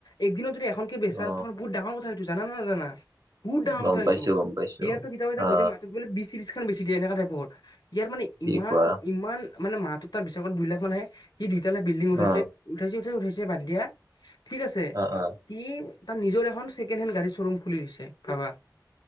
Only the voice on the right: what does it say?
অ
গম
পাইছো গম পাইছো
অ
কি
কোৱা
অ
অ অ